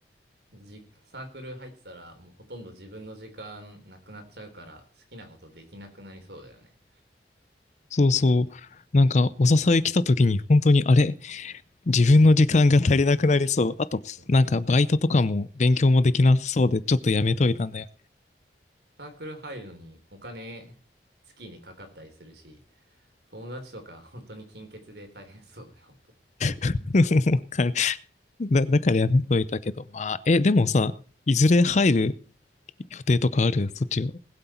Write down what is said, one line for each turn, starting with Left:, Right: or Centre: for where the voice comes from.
Right: じ、サークル入ってたら、もうほとんど自分の時間なくなっちゃうから、好きなことできなくなりそうだよね。
Left: そうそう。なんか、お誘い来た時に本当に、あれ自分の時間が足りなくなりそう。あと、
Right: そ
Left: なんかバイトとかも勉強もできなさそうで、ちょっとやめといたんだよ。
Right: う。だよね。サークル入るのにお金、月にかかったりするし、友達とか本当に金欠で大変そうだよ、本当。
Left: <laughs> かだ、だからやめといたけど。まあ、え、でもさ、いずれ入る予定とかあるそっちは。